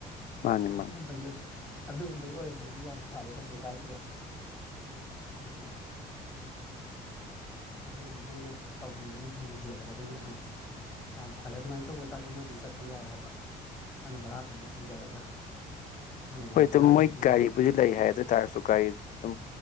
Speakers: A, on the left (about 50°); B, in the centre.
A: ꯃꯥꯅꯤ
B: ꯑꯗꯨꯒꯨꯝꯕꯒꯤꯗꯤ
A: ꯃꯥꯅꯤ
B: ꯑꯗꯨꯒꯨꯝꯕꯒꯤ ꯑꯣꯏꯔꯒꯕꯨꯗꯤ ꯌꯥꯝ ꯐꯔꯦ ꯀꯩꯁꯨ ꯀꯥꯏꯗ꯭ꯔꯦ ꯑꯗꯨꯗꯤ ꯑꯗꯨꯝ ꯃꯣꯏ ꯃꯣꯏꯅ ꯇꯧꯕꯤꯕꯅ ꯍꯦꯟꯅ ꯍꯦꯜꯂꯒꯗꯣꯏꯅꯦ ꯑꯗꯨꯗꯤ ꯌꯥꯝ ꯐꯔꯦ ꯑꯗꯨꯃꯥꯏꯅ ꯇꯧꯕ ꯑꯣꯏ ꯇꯥꯔꯗꯤ ꯃꯣꯏꯗꯤ ꯆꯠꯄ ꯌꯥꯏ ꯍꯥꯏꯕ ꯅꯪꯅ ꯚꯔꯥꯗꯨꯃ ꯇꯤꯡꯖꯔꯒ ꯅꯣꯡꯃꯒꯤ
A: ꯍꯣꯏ ꯑꯗꯨꯝ
B: ꯕꯔꯥꯗꯨꯃ
A: ꯃꯣꯏ
B: ꯇꯤꯡꯖꯔꯒ
A: ꯒꯥꯔꯤꯕꯨꯗꯤ ꯂꯩ ꯍꯥꯏ ꯑꯗꯨ ꯑꯣꯏꯇꯥꯥꯔꯁꯨ ꯒꯥꯔꯤꯗꯨꯗꯤ ꯑꯗꯨꯝ